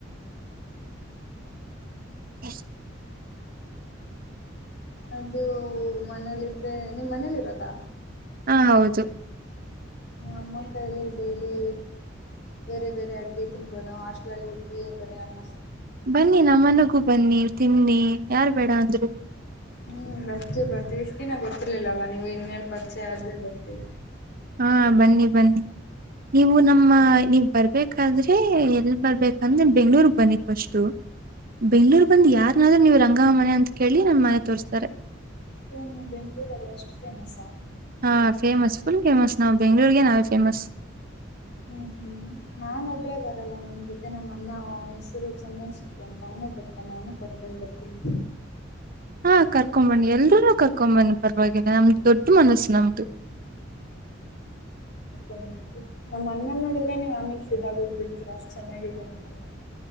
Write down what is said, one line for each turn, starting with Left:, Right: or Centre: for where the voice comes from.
Right: ಎಷ್ಟ
Left: ಅದು ಮನೇಲಿ ಇದ್ರೆ ನಿಮ್ ಮನೇಲಿ ಇರೋದಾ
Right: ಹಾ ಹೌದು
Left: ಅಮ್ಮ ಕಾಯಲ್ಲಿಿ ಡೈಯಲಿ ಬರೆ ಬರೆ ಅಡುಗೆ ತಿಿನಬೋದ ಹಾಸ್ಟಲಲ್ಲಿ ಇ ಬರ ಅಣ್ಣ
Right: ಬನ್ನಿ ನಮ್ಮನಗೂ ಬನ್ನಿ ತಿನ್ನಿ ಯಾರ್ ಬೇಡ ಅಂದ್ರು
Left: ಹೂ ಬರ್ತೇ ಬರ್ತೇವಿ ಇಷ್ಟಿನ ಗೊತ್ತಿರ್ಲಿಲ್ಲಲ್ಲ ನೀವು್ ಇನ್ ಮೇಲ್ ಪರಿಚೆ ಆದ್ರೆ ಬರ್ತೀವಿ
Right: ಹಾ ಬನ್ನಿ ಬನ್ನಿ ನೀವು ನಮ್ಮ ನೀವ ಬರ್ಬೇಕಾದ್ರೆ ಎಲ್ ಬರ್ಬೇಕಂದ್ರೆ ಬೆಂಗ್ಳೂರ್ಗ್ ಬನ್ನಿ ಫಸ್ಟು ಬೆಂಗಳೂರ್ ಬಂದು ಯಾರನಾದ್ರೂ ನೀವು ರಂಗಮ್ಮ ಮನೆ ಅಂತ ಕೇಳಿ ನನ್ ಮನೆ ತೋರ್ಸ್ತಾರೆ
Left: ಹ ನೀವು ಬೆಂಗಳೂರುಲ್ಲ ಎಷ್ಟುಫೇಮಸ್ ಆ
Right: ಹಾ ಫೇಮಸ್ ಫುಲ್ ಫೇಮಸ್ ನಾವು ಬೆಂಗ್ಗಳೂರ್ಗೆ ನಾವೇ ಫೇಮಸ್
Left: ಹೂ ಹೂ ನಾನ ಒಬ್ಬ್ರೇ ಬರಲ್ಲ ನಮ ಜೊತೆ ನಮ್ಮ ಅನ್ನ ಅವ ಹೆಸರು ಚಂದನ್ ಸೌಟ್ಟಿ ಅಂತ ಅವ ನಾಮ್ ಅಣ್ಣ ಬರ್ತಾನೆ ಅವ್ನು ಕರ್ಕೊಂಡು ಬರ್ತೀನಿ
Right: ಹಾ ಕರ್ಕೊ್ ಬನ್ನಿ ಎಲ್ೂ ಕರ್ಕೊಂಡ್ ಬನ್ನಿ ಪರವಾಗಿ ನಮ್ದದು ದೊಡ್ಡ ಮನಸ್ಸು ನಮದು
Left: ೊಂಡ್ಬರ್ತಿ ನಮ್ಮ ಅ್ಣಲ್ಲಿ ನೋಡಿದ್ರೆ ನೀವು ಆಮೇಲೆ ಫದಾಗ ಹೋಗ್ಬಿರ್ತೀರ ಅಷ್ಟ್ ಚೆನ್ನಾಗಿದ್ದೇ ನಮ್ಮನ್ನ